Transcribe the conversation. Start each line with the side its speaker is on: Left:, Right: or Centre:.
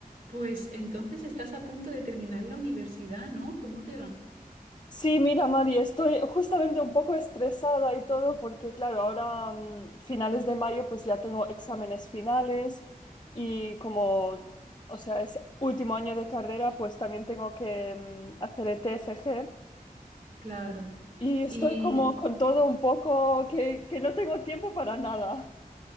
Right: Pues entonces estás a punto de terminar la universidad, ¿no? ¿Cómo te va?
Left: Sí, mira, Mari, estoy justamente un poco estresada y todo porque, claro, ahora mm, finales de mayo pues ya tengo exámenes finales y como, o sea, es último año de carrera, pues también tengo que mm, hacer el TFG
Right: Claro.
Left: y estoy
Right: Y
Left: como con todo un poco que, que no tengo tiempo para nada.